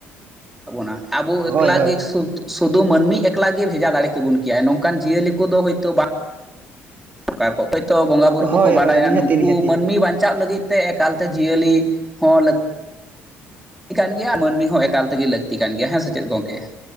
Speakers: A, in the centre; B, on the right.
A: ᱟᱵᱚ ᱱᱟᱜ ᱟᱵᱚ
B: ᱦᱳᱭ
A: ᱮᱠᱞᱟ
B: ᱦᱳᱭ
A: ᱜᱮ ᱥᱩᱫ ᱥᱩᱫᱷᱩ ᱢᱟᱹᱱᱢᱤ ᱮᱠᱞᱟ ᱜᱮ ᱵᱷᱮᱡᱟ ᱫᱟᱲᱮ ᱠᱮᱵᱚᱱ ᱠᱮᱭᱟ ᱱᱚᱝᱠᱟᱱ ᱡᱤᱭᱟᱹᱞᱤ ᱠᱚᱫᱚ ᱦᱭᱛᱳ ᱵᱟᱝ ᱥᱚᱨᱠᱟᱨ ᱠᱚ ᱠᱷᱚᱱ ᱛᱚ ᱵᱚᱸᱜᱟ ᱵᱳᱨᱳ ᱠᱚᱠᱚ
B: ᱦᱳᱭ
A: ᱵᱟᱰᱟᱭᱟ
B: ᱦᱳᱭ ᱱᱤᱦᱟᱹᱛᱤ
A: ᱱᱩᱠᱩ
B: ᱱᱤᱦᱟᱹᱛᱤ
A: ᱢᱟᱹᱱᱢᱤ ᱵᱟᱧᱪᱟᱜ ᱞᱟᱹᱜᱤᱫ ᱛᱮ ᱮᱠᱟᱞᱛᱮ ᱡᱤᱭᱟᱹᱞᱤ ᱦᱚᱸ ᱞᱟᱹᱠ ᱞᱟᱹᱠᱛᱤ ᱠᱟᱱ ᱜᱮᱭᱟ ᱢᱟᱹᱱᱢᱤ ᱦᱚᱸ ᱮᱠᱟᱞᱜᱮ ᱞᱟᱹᱠᱛᱤ ᱠᱟᱱ ᱜᱮᱭᱟ ᱦᱮᱸ ᱥᱮ ᱪᱮᱫ ᱜᱚᱝᱠᱮ